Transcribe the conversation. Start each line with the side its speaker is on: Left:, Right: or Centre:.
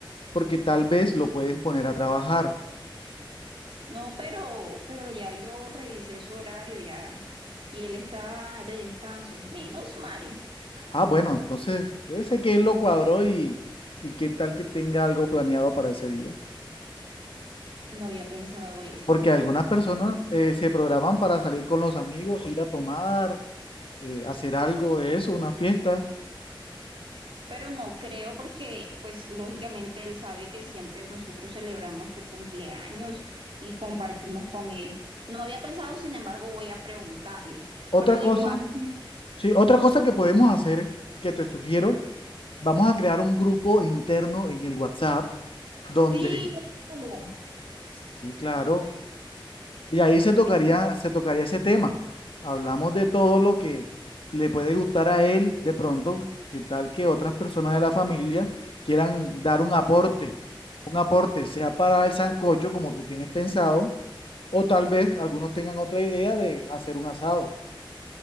Left: porque tal vez lo pueden poner a trabajar.
Right: No, pero, pero ya yo revisé su horario ya y él está de descanso. Menos mal,
Left: Ah, bueno, entonces debe ser que él lo cuadró y, y qué tal que tenga algo planeado para ese día.
Right: no había pensado eso.
Left: Porque algunas personas eh, se programan para salir con los amigos, ir a tomar, eh, hacer algo de eso, una fiesta.
Right: pero no creo porque pues lógicamente él sabe que siempre nosotros celebramos su cumpleaños y compartimos con él. No había pensado, sin embargo, voy a preguntarle,
Left: Otra
Right: pero de
Left: cosa
Right: igual, <laughs>
Left: Sí, otra cosa que podemos hacer, que te sugiero, vamos a crear un grupo interno en el WhatsApp donde,
Right: sí, eso,
Left: sí, claro, y ahí se tocaría,
Right: eh,
Left: se tocaría ese tema. Hablamos de todo lo que le puede gustar a él de pronto, que tal que otras personas de la familia quieran dar un aporte, un aporte, sea para el sancocho como tú tienes pensado, o tal vez algunos tengan otra idea de hacer un asado.